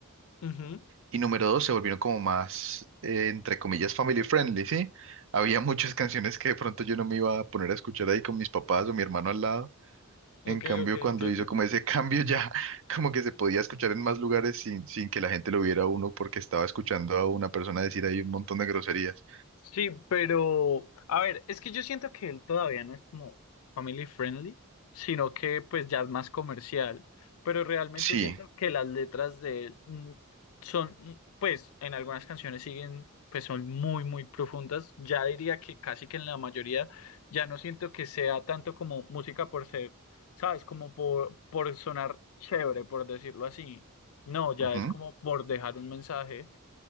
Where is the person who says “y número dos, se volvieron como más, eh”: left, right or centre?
Right